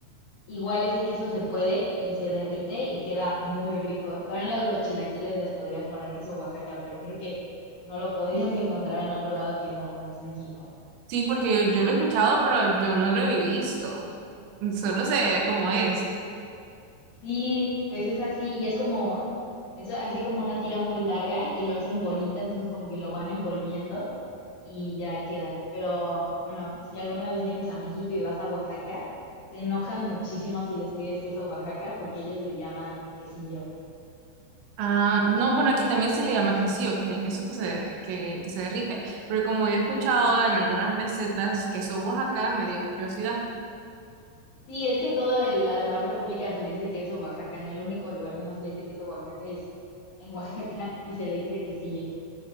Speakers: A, on the left; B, on the right.
A: Igual ese queso se puede y se derrite y queda muy rico. También a los chilaquiles les podrías poner queso Oaxaca, pero creo que no lo podrías <laughs> encontrar en otro lado que no es México.
B: Sí, porque yo lo he escuchado, pero yo no lo he visto. Solo sé cómo es.
A: Sí, pues es así y es como, es así como una tira muy larga y lo hacen bolita, entonces como que lo van envolviendo y ya queda. Pero bueno, si alguna vez vienes a México y vas a Oaxaca, se enojan muchísimo si les pides queso Oaxaca porque ellos le llaman quesillo.
B: Ah, no, bueno, aquí también se le llama quesillo, que es el queso que se, que, que se derrite. Pero como yo he escuchado en algunas recetas queso Oaxaca, me dio curiosidad.
A: Sí, es que en toda la demás república se le dice queso Oaxaca. En el único lugar que no se le dice queso Oaxaca es en Oaxaca <laughs> y se le dice quesillo.